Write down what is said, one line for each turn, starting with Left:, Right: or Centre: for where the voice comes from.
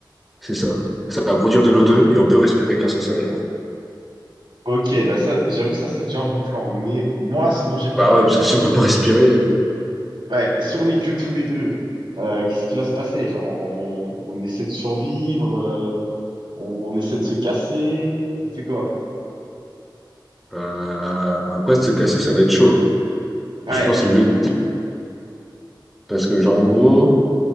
Centre: c'est ça. Ça va produire de l'O2 et on peut respirer grâce à ça, genre.
Right: Ok, bah ça, j'avoue, ça c'est déjà un bon plan. Mais moi, ce dont j'ai peur
Centre: Bah ouais,
Right: quand même,
Centre: parce
Right: déjà,
Centre: que
Right: si
Centre: si on
Right: on
Centre: peut pas
Right: est
Centre: respirer,
Right: Ouais, mais si on est que tous les deux, euh, qu'est-ce qui va se passer? Genre, on, on essaie de survivre, euh, on, on essaie de se casser, on fait quoi?
Centre: euh, après de se casser, ça va être chaud.
Right: Ouais,
Centre: Je pense que c'est l'objectif. Parce que, genre, en gros,